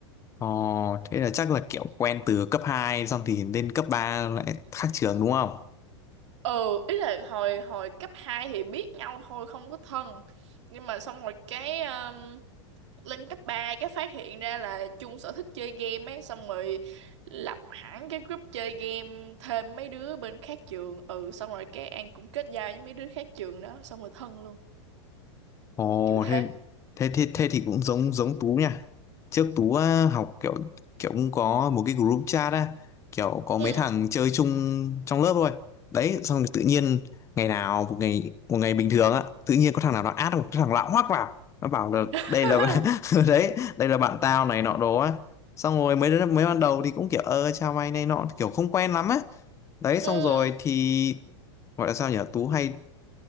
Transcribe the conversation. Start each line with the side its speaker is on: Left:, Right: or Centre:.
Left: Ồ thế là chắc là kiểu quen từ cấp hai Xong thì lên cấp 3 lại khác trường đúng không
Right: ừ ý là hồi hồi cấp 2 thì biết nhau thôi không có thân nhưng mà xong rồi cái um, lên cấp 3 cái phát hiện ra là chung sở thích chơi game ấy xong rồi lập hẳn cái group chơi game thêm mấy đứa bên khác trường ừ xong rồi cái An cũng kết giao với mấy đứa khác trường đó xong rồi thân luôn
Left: Ồ
Right: kiểu thế
Left: thế thế thế thế thì cũng giống giống Tú nha. Trước Tú á, học kiểu kiểu cũng có một cái group chat á, kiểu có
Right: ừ
Left: mấy thằng chơi chung trong lớp thôi. Đấy, xong rồi tự nhiên ngày nào một ngày một ngày bình thường á, tự nhiên có thằng nào nó add một cái thằng lạ hoắc vào. Nó bảo là
Right: <laughs>
Left: đây là <laughs> đấy, đây là bạn tao này nọ đồ á. Xong rồi mấy đứa mấy ban đầu thì cũng kiểu ơ chào mày này nọ kiểu không quen lắm á. Đấy xong
Right: ừ
Left: rồi thì gọi là sao nhỉ? Tú hay